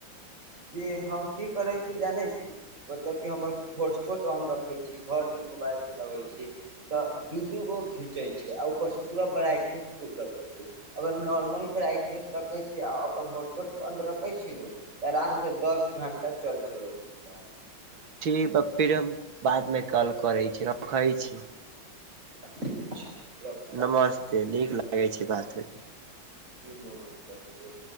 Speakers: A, on the right; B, on the right.
A: कि हम की करै छी जानै छी? मतलब कि हमर हटस्पोट ऑन रखे छी, भरि दिन मोबाइल चलबे छी तऽ दू दूगो घींचे छै, आ ऊपर से पूरा ब्राइटनेस रखे छै। अगर नॉर्मल ब्राइटनेस रखे छी, अपन होटट बंद रखे छी नु आराम से दस घण्टा चल चलै छै।
B: ठीक ह फिर हम बाद मे कॉल करै छी, रखै छी।
A: ठीक छै रखू।
B: नमस्ते नीक लागैत छै, बात करी।
A: ई नमसा भ